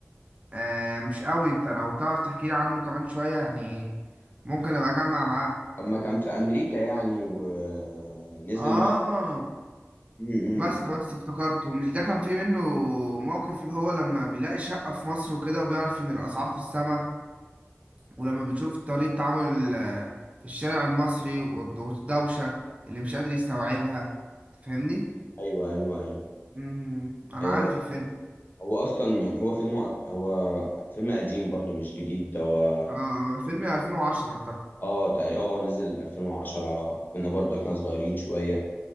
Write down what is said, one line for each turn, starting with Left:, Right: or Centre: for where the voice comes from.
Right: آه مش قوي انت لو تعرف تحكي لي عنه كمان شوية يعني ممكن ابقى اجمع معاك
Left: لما كان في امريكا يعني ونزل
Right: اه
Left: مصر م- م-
Right: بس
Left: م.
Right: بس افتكرته مش ده كان فيه منه موقف اللي هو لما بيلاقي شقة في مصر وكده وبيعرف ان الاسعار في السما ولما بتشوف طريقة تعامل ال- في الشارع المصري والد- والدوشة اللي مش قادر يستوعبها تفهمني؟
Left: ايوه ايوه ايوه
Right: مم. أنا
Left: آه،
Right: عارف الفيلم
Left: هو اصلا يعني هو فيلم هو فيلم قديم برضو مش جديد ده هو
Right: آه آه، الفيلم 2010 أعتقد
Left: اه تقريبا اه نزل 2010 كنا برضو احنا صغيرين شوية